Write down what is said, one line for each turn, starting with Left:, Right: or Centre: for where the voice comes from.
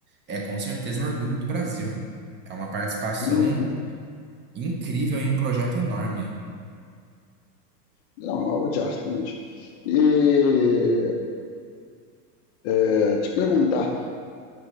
Right: é com certeza um orgulho do Brasil. É uma participação
Left: Uhum.
Right: incrível em um projeto enorme.
Left: Não, é uma obra de arte, realmente. E é, te perguntar,